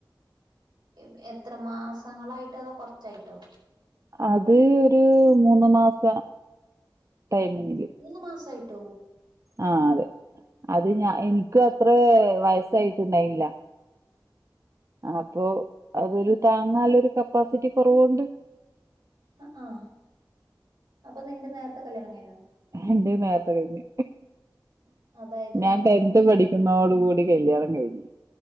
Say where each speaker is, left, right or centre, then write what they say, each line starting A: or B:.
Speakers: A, on the right (about 75°); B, on the right (about 40°).
A: എ എത്ര മാസങ്ങളായിട്ടോ അതോ കൊർച്ചായിട്ടോ?
B: അത് ഒരു മൂന്ന് മാസ ടൈമില്.
A: മൂന്ന് മാസായിട്ടോ?
B: ആഹ്‌ അതെ അത് ഞ എനിക്ക് അത്രേ വയസ്സായിട്ടുണ്ടായില്ല. അപ്പൊ അതൊരു താങ്ങാല്ലൊരു കപ്പാസിറ്റി കൊറവോണ്ട്.
A: അഹ്‌ ആഹ്‌ അപ്പൊ നിന്റെ നേർത്തെ കല്ല്യാണം കഴിഞ്ഞോ?
B: എന്റെത് നേർത്തെ കഴിഞ്ഞ്,
A: അതായത്
B: ഞാൻ
A: ഒമ്പതാം
B: ടെൻത്ത്
A: ക്ലാ
B: പഠി ക്കുന്നോടു കൂടി കല്യാണം കഴിഞ്